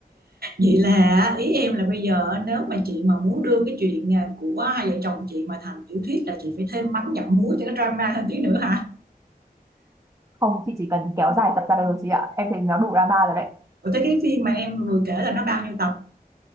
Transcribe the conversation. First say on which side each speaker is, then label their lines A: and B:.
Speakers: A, on the right (about 80°); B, on the right (about 20°).
A: Vậy là ý em là bây giờ nếu mà chị mà muốn đưa cái chuyện à, của hai vợ chồng chị mà thành tiểu thuyết là chị phải thêm mắm dặm muối cho nó drama thêm tí nữa hả?
B: không chị chỉ cần kéo dài tập ra là được chị ạ em thấy nó đủ drama rồi đấy
A: Ủa thế cái phim mà em vừa kể là nó bao nhiêu tập?